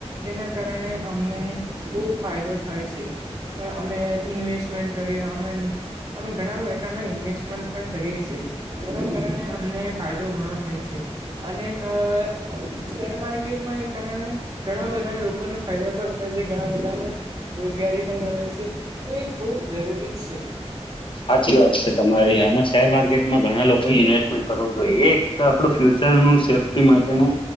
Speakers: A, on the right (about 35°); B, on the left (about 50°).
A: જેના કારણે અમને- - ખુબ ફાયદો થાય છે અમે ઇન્વેસ્ટમેન્ટ કરી અમે- - અમે ઘણા- - ઇન્વેસ્ટમેન્ટ પણ કરીએ છે એના કારણે અમને ફાયદો ઘણો થાય છે અને- - અ શેર માર્કેટમાં એ કારણે- - ઘણા બધા લોકોને ફાયદા પણ થાય છે ઘણા બધાને રોજગારી પણ મળે છે એ ખૂબ જરૂરી છે
B: સાચી વાત છે તમારી આમાં શેર માર્કેટમાં ઘણા લોકોએ ઇન્વેસ્ટમેન્ટ કરવું જોઈએ એ એક આપડું ફ્યુચર વિચાર નું સેફ્ટી માટેનું